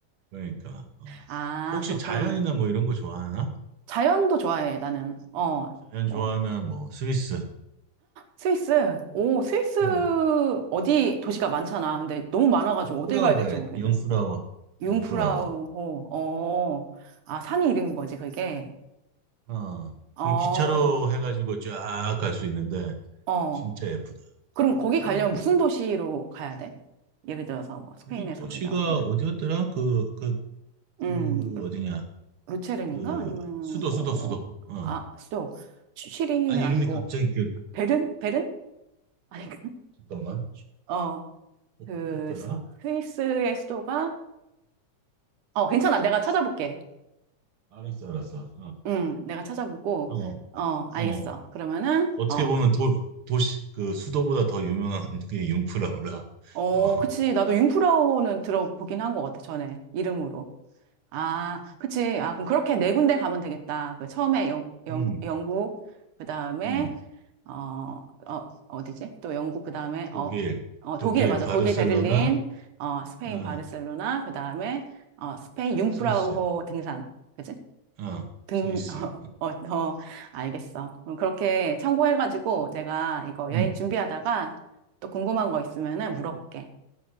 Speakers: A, on the right (about 55°); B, on the right (about 80°).
A: 그러니까 어.
B: 아,
A: 혹시
B: 그렇구나.
A: 자연이나 뭐 이런 거 좋아하나?
B: 자연도 좋아해, 나는. 어,
A: 자연
B: 뭐,
A: 좋아하면 뭐 스위스,
B: 스위스. 오, 스위스
A: 응.
B: 어디 도시가 많잖아. 근데 너무 많아가지고
A: 융프라우가
B: 어디 가야 될지 모르겠더라고.
A: 융프라워,
B: 융프라우호,
A: 융프라워,
B: 어, 아, 산이 이름인 거지, 그게.
A: 어,
B: 어,
A: 그 기차로 해가지고 쫙 갈 수 있는데
B: 어.
A: 진짜 예쁘다
B: 그럼
A: 그거.
B: 거기
A: 어,
B: 가려면 무슨 도시로 가야 돼? 예를 들어서 뭐 스페인에서
A: 그게 도시가
B: 간다고 하면.
A: 어디였더라? 그 그, 그
B: 음.
A: 어디냐?
B: 루체른인가?
A: 그
B: 아니면
A: 수도
B: 뭐,
A: 수도 수도 어
B: 아, 수도, 시리히는
A: 아 이름이
B: 아니고,
A: 갑자기 기억
B: 베른? 베른? 아닌가? <laughs>
A: 잠깐만
B: 어,
A: 어디였더라
B: 그, 스- 스위스의 수도가, 어, 괜찮아. 내가 찾아볼게.
A: 알았어 알았어
B: 응, 내가 찾아보고,
A: 어 어
B: 어, 알겠어.
A: 어
B: 그러면은,
A: 어. 떻게
B: 어,
A: 보면 도 도시 그 수도보다 더 유명한 게 융프라우라
B: 어,
A: 어어음음
B: 그치. 나도 융프라우는 들어보긴 한 것 같아, 전에. 이름으로. 아, 그치. 아, 그럼 그렇게 네 군데 가면 되겠다. 그 처음에 영, 영,
A: 음,
B: 영국, 그 다음에,
A: 음.
B: 어, 어, 어디지? 또 영국, 그 다음에,
A: 독일
B: 어, 어,
A: 독일
B: 독일, 맞아.
A: 바르셀로나
B: 독일, 베를린, 어, 스페인,
A: 어
B: 바르셀로나, 그 다음에, 어, 스페인, 융프라우호
A: 스위스
B: 등산. 그치?
A: 어
B: 등,
A: 스위스
B: <laughs> 어, 어, 어, 알겠어. 그럼 그렇게 참고해가지고 내가 이거
A: 음음음음음음
B: 여행 준비하다가 또 궁금한 거 있으면은 물어볼게.